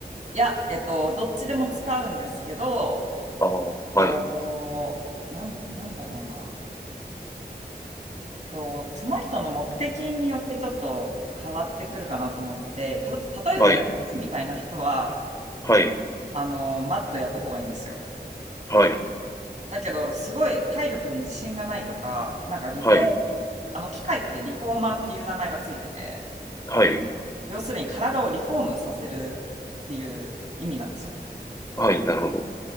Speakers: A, on the right; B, on the left.
A: いや、えっと、どっちでも使うんですけど、
B: ああ、
A: えっと、
B: はい、
A: なん、なんだろうな。と、その人の目的によってちょっと変わってくるかなと思って、たと、例えば安いみたいな人は、
B: はい、はい、
A: あの、マットやった方がいいんですよ。
B: はい、
A: だけど、すごい体力に自信がないとか、なんかリフォー、
B: はい、
A: あの機械ってリフォーマーっていう名前がついてて、
B: はい、
A: 要するに体をリフォームさせるっていう意味なんですよ。
B: はい、なるほど。